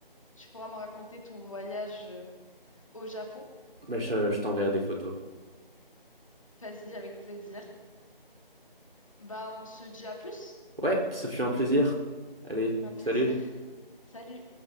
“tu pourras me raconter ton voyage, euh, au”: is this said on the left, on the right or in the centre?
Left